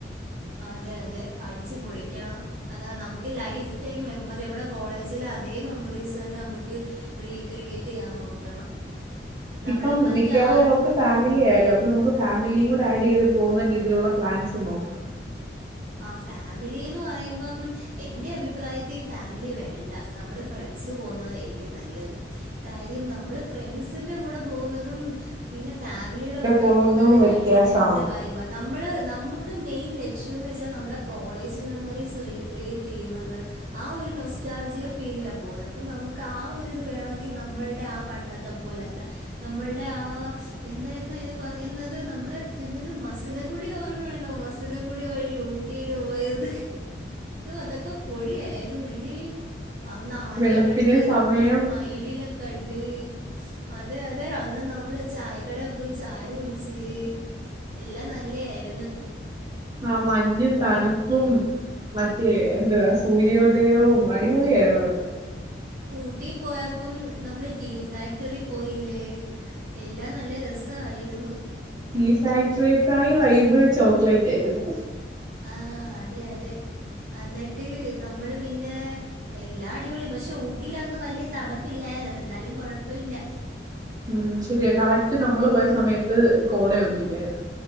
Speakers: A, on the right; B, on the right.
A: അതെ അതെ അടിച്ചു പൊളിക്കണം. അതാ നമുക്ക് ലൈഫ് ടൈം മെമ്മറി നമ്മുടെ കോളേജില അതേ മെമ്മറീസ് തന്നെ നമുക്ക് റീക്രിയേറ്റ് ചെയ്യാൻ നോക്കണം. നമ്മൾ
B: ഇപ്പം
A: മറ്റാരുടെ
B: മിക്കാറുള്ളോർക്ക് ഫാമിലി
A: ആ
B: ആയാലോ അപ്പൊ നമുക്ക് ഫാമിലിയും കൂടെ ആഡ് ചെയ്ത് പോകുന്ന രീതിയിലുള്ള പ്ലാൻസ് നോക്കാം.
A: ആ ഫാമിലിന്ന് പറയുമ്പം എന്റെ അഭിപ്രായത്തി ഈ ഫാമിലി വേണ്ട. നമ്മള് ഫ്രണ്ട്സ് പോകുന്നതായിരിക്കും നല്ലത്. കാര്യം നമ്മള് ഫ്രണ്ട്സിന്റെ കൂടെ പോകുന്നതും പിന്നെ ഫാമിലിയുടെ കൂടെ
B: പോകുന്നതും
A: പോകുന്നത്
B: വ്യത്യാസമാണ്
A: രണ്ട് രണ്ട് വൈബ. നമ്മള് നമുക്ക് മെയിൻ യൊന്നു വെച്ച നമ്മുടെ കോളേജ് മെമ്മറിസ് റീക്രിയറ്റ് ചെയ്യുന്നത് ആ ഒരു നൊസ്റ്റാൾജിയ ഫീലിലാ പോവുന്നെ അപ്പ നമുക്ക് ആ ഒരിത് വേണോങ്കി നമ്മളുടെ ആ പണ്ടത്തെ പോലത്തെ നമ്മളടെ ആ എന്തായിരുന്നു അതിന് പറയുന്നത് നമ്മള് എന്തായ മസിനകൂടി ഓർമ്മയണ്ടോ മസിന കൂടി വഴി ഊട്ടിയില് പോയത് അതൊക്കെ പൊളിയായിരിന്നില്ലേ. അന്ന് ആനയെ
B: വെളുപ്പിനെ
A: കണ്ട്
B: സമയം
A: മൈലിനെ കണ്ട്, അതെ അതെ അന്ന് നമ്മള് ചായക്കട പോയി ചായ കുടിച്ച്. എല്ലാം നല്ല ആയിര്ന്ന്.
B: ആഹ് മഞ്ഞും തണുപ്പും മറ്റേ എന്തുവാ സൂര്യോദയവും അടിപൊളി ആയിരുന്നു അതൊക്കെ.
A: ഊട്ടി പോയപ്പം നമ്മള് ടീ ഫാക്ടറി പോയില്ലേ. എല്ലാം നല്ല രസആയിരുന്നു.
B: ടീ ഫാക്ടറക്കായി വൈബ് ചോക്ലേറ്റ് ആയിരുന്നു.
A: ആഹ് അതെ അതെ. അന്നിട്ട് നമ്മള് പിന്നെ എല്ലാ അടിപൊളിയ, പക്ഷെ ഊട്ടിയിലന്ന്‌ വലിയ തണുപ്പില്ലാ യിരുന്നു. എന്നാലും കുഴപ്പ ഇല്ല.
B: ഉം ശരിയ കറക്റ്റ് നമ്മള് പോയ സമയത്ത് കോടയൊന്നും ഇല്ലായിരുന്നു.